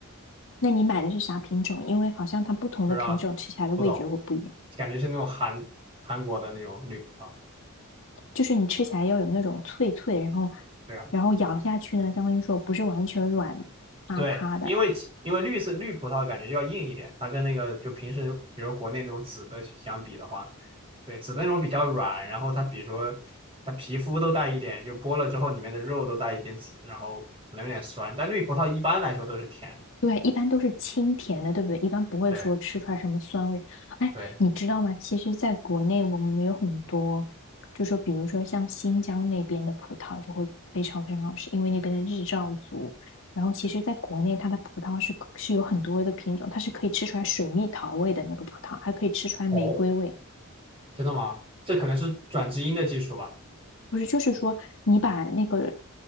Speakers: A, on the left (about 65°); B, on the right (about 25°).
A: 那你买的是啥品种？因为好像它不同的品种吃起来的味觉会不一样，
B: 不知道，不懂，感觉是那种韩韩国的那种绿葡萄。
A: 就是你吃起来要有那种脆脆，然后
B: 对吧？
A: 然后咬下去呢，相当于说不是完全软塌塌的，
B: 对，因为其因为绿色绿葡萄感觉就要硬一点，它跟那个就平时比如国内那种紫的相比的话，对，紫的那种比较软，然后它比如说它皮肤都带一点，就剥了之后里面的肉都带一点紫，然后可能有点酸，但绿葡萄一般来说都是甜的
A: 对啊，一般都是清甜的，对不对？一般不会说吃出来什么酸味。
B: 对
A: 哎，
B: 对，
A: 你知道吗？其实，在国内我们有很多，就说比如说像新疆那边的葡萄就会非常非常好吃，因为那边的日照足。然后，其实在国内它的葡萄是是有很多的品种，它是可以吃出来水蜜桃味的那个葡萄，还可以吃出来玫瑰味。
B: 哦，真的吗？这可能是转基因的技术吧？
A: 不是，就是说你把那个，